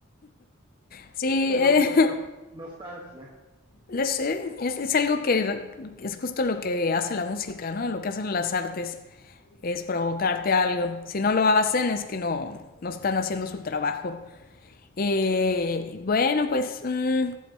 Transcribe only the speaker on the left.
Sí,
eh,
<laughs>
les- eh, es, es algo que re- es justo lo que hace la música, ¿no? Lo que hacen las artes es provocarte algo. Si no lo hacen es que no, no están haciendo su trabajo. Eh, bueno, pues mm,